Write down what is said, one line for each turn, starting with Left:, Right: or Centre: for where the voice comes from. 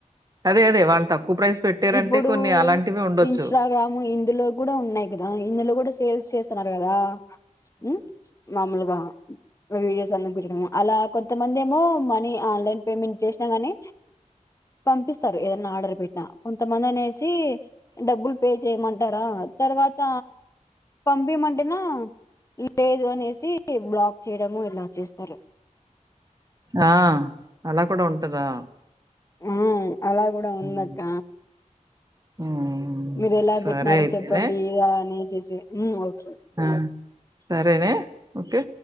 Right: అదే. అదే. వాళ్ళు తక్కువ ప్రైస్ పెట్టారంటే
Left: ఇప్పుడు
Right: కొన్ని అలాంటివి ఉండొచ్చు.
Left: ఇన్స్టాగ్రామ్ ఇందులో కూడా ఉన్నాయి కదా ఇందులో కూడా సేల్స్ చేస్తున్నారు గదా హ్మ్ మాముూలుగా వీడియోస్ అందు పెట్టడము అలా కొంతమంది ఏమో మనీ ఆన్లైన్ పేమెంట్ చేసినా గానీ పంపిస్తారు ఏదన్నా ఆర్డర్ పెట్టినా కొంతమంది అనేసి డబ్బులు పే చేయమంటారా తర్వాత పంపీయమంటేనా లేదు అనేసి బ్లాక్ చేయడము ఇలా చేస్తారు
Right: ఆ అలా కూడా ఉంటదా
Left: ఉలొ అలా కూడా
Right: హ్మ్.
Left: ఉందాక్క
Right: హ్మ్.
Left: మీరు ఎలా
Right: సరే
Left: పెట్టినారో
Right: అయితేనే.
Left: చెప్పండి ఇడ అని చేస్తు మ్మ్ ఓకే
Right: ఆ సరేగ ఓకే